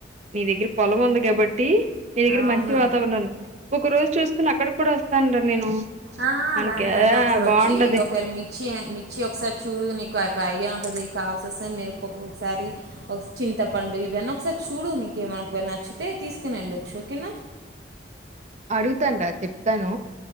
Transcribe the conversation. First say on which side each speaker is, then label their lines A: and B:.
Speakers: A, on the right; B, on the right.
A: నీ దగ్గర పొలం ఉంది కాబట్టి నీ దగ్గర
B: అవును
A: మంచి వాతావరణం ఊక ఒక రోజు చూసుకుని అక్కడ కూడా వస్తానరా నేను
B: ఆ
A: మనకి
B: రండి
A: ఆ
B: రండి ఒకసారి
A: బాగుంటది
B: వచ్చి ఒకవేళ మిచ్చిఅయం మి వచ్చి ఒకసారి చూడు నీకు ఆయొక్క ఐడియా ఉంటుంది కావాల్సి వస్తే మినపప్పు సారి చింతపండు ఇవన్నీ ఒకసారి చూడు నీక ఏమైనా ఒక వేల నచ్చితే తీసుకుని వెళ్ళొచ్చు ఓకేనా
A: అడుగుతాను రా చెప్తాను